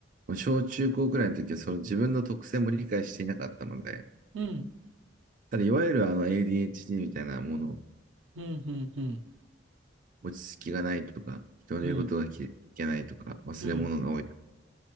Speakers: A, on the right; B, on the right.
A: 小中高くらいの時はその自分の特性も理解していなかったので、
B: うん、
A: ただいわゆるあの ADHD みたいなもの、
B: うん、うん、うん、
A: 落ち着きがないとか、人の言うことが聞けないとか、
B: うん、
A: 忘れ物が多いとか
B: うん。